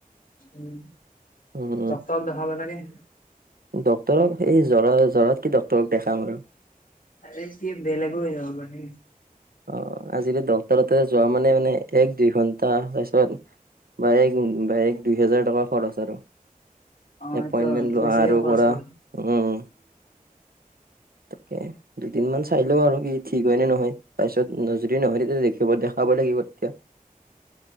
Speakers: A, on the left; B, on the right.
A: উম,
B: উম
A: ডক্তৰক দেখাব লাগে।
B: ডক্তৰক সে জ্বৰ জ্বৰত কি ডক্তৰক দেখাম আৰু।
A: এ কি বেলেগো হৈ যাব পাৰে।
B: অ' আজি ডক্টৰ তাতে যোৱা মানে মানে। এক দুই ঘন্টা পছত বা এক এক দুই হোজাৰ টকা খৰচ আৰু।
A: অ
B: এপইন্টমেণ্ট
A: সেইটো হয়
B: লোৱা
A: বেছিকে
B: আৰু
A: খৰচ
B: ক'ৰা।
A: কৰিব
B: উম তাকে দুদিনমান চাই লওঁ আৰু কি ঠিক হয় নে নহয়, তাৰ পিছত যদি নহয় তেতিয়া দেখিব দেখা ব লাগিব তেতিয়া।